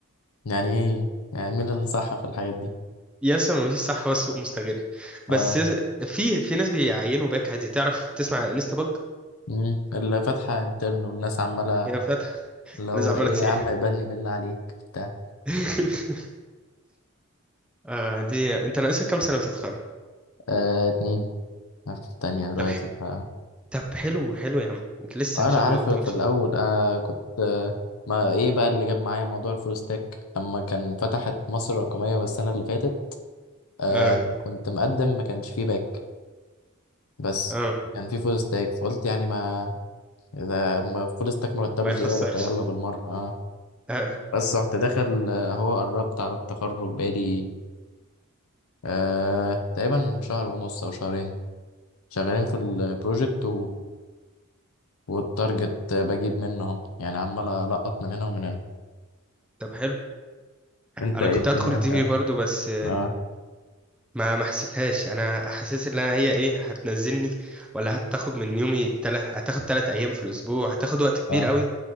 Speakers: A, on the left (about 85°); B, in the centre.
A: يعني ايه يعني مين اللي صح في الحاجات دي
B: يس ما فيش صح هو السوق مستغل بس
A: اه
B: يس في في ناس بيعينوا باك عادي تعرف تسمع انستا باج
A: مم. اللي فاتحه انترن والناس عماله
B: هي فاتحة
A: اللي هو
B: لسه عمالة
A: ايه
B: تسيح
A: يا عم اقبلني بالله عليك بتاع.
B: <laughs> آه دي انت ناقصك كام سنة وتتخرج
A: آه اتنين أنا في التانية دلوقتي
B: طب ح-
A: ف
B: طب حلو حلو يا عم انت لسه
A: أنا
B: ان شاء
A: عارف
B: الله قدامك
A: في
B: شوية
A: الأول آه كنت آه ما إيه بقى اللي جاب معايا موضوع الفول ستاك لما كان فتحت مصر الرقمية والسنة اللي فاتت آه
B: اه
A: كنت مقدم ما كانش فيه باك بس
B: اه
A: كان فيه فول ستاك فقلت يعني ما إذا ما فول ستاك مرتبه
B: ما يخسرش
A: زيادة فيلا بالمرة أه
B: اه
A: بس رحت داخل آه، أهو قربت على التخرج بقالي آه تقريبا شهر ونص أو شهرين شغالين في البروجكت والتارجت بجيب منه اهو يعني عمال ألقط من هنا ومن هنا
B: طب حلو
A: انت
B: انا
A: ايه
B: كنت
A: الدنيا
B: هدخل
A: بتاع
B: دي بي برضو بس
A: اه
B: ما ما حسيتهاش انا حاسس ان أنا هي ايه هتنزلني ولا هتاخد من يومي تل... هتاخد تلات ايام في الاسبوع هتاخد وقت كبير
A: اه
B: قوي